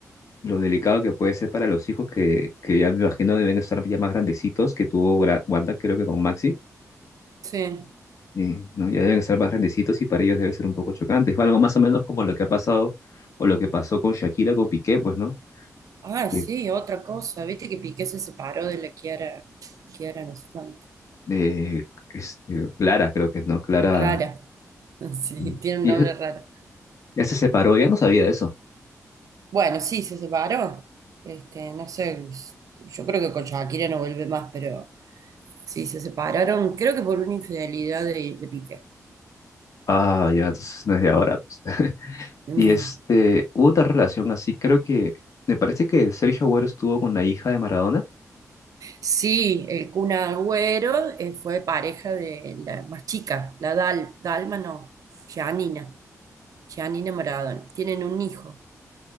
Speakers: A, on the left; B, on the right.
A: lo delicado que puede ser para los hijos que, que ya me imagino deben estar ya más grandecitos que tuvo Gra- Wanda, creo que con Maxi,
B: Sí.
A: eh, ¿no? Ya deben estar más grandecitos y para ellos debe ser un poco chocante. Es algo más o menos como lo que ha pasado o lo que pasó con Shakira, con Piqué, pues, ¿no?
B: Ay,
A: Eh,
B: sí, otra cosa. Viste que Piqué se separó de la Kiara, Kiara no sé cuánto.
A: eh, este, Clara, creo que es, ¿no? Clara.
B: Clara. <laughs> Sí,
A: mm,
B: tiene
A: Y
B: un nombre
A: ese-
B: raro.
A: ya se separó, ya no sabía de eso.
B: Bueno, sí, se separó. Este, no sé, yo creo que con Shakira no vuelve más, pero sí, se separaron, creo que por una infidelidad de, de Piqué.
A: Ah, ya, entonces no es de ahora. pues. <laughs>
B: No.
A: Y este, hubo otra relación así, creo que, me parece que Sergio Agüero estuvo con la hija de Maradona.
B: Sí, el Kun Agüero eh, fue pareja de la más chica, la Dal, Dalma no, Gianina, Gianina Maradona. Tienen un hijo.